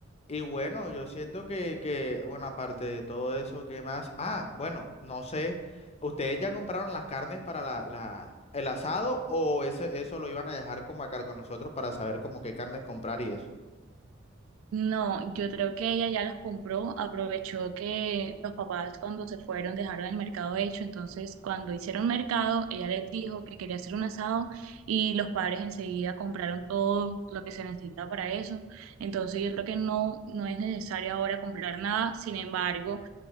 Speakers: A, on the left (about 30°); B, on the right (about 85°).
A: y bueno, yo siento que, que, bueno, aparte de todo eso, ¿qué más? Ah, bueno, no sé, ¿ustedes ya compraron las carnes para la, la, el asado o eso, eso lo iban a dejar como a cargo de nosotros para saber como qué carnes comprar y eso?
B: No, yo creo que ella ya los compró, aprovechó que los papás cuando se fueron dejaron el mercado hecho, entonces cuando hicieron mercado, ella les dijo que quería hacer un asado y los padres enseguida compraron todo lo que se necesita para eso, entonces yo creo que no, no es necesario ahora comprar nada, sin embargo,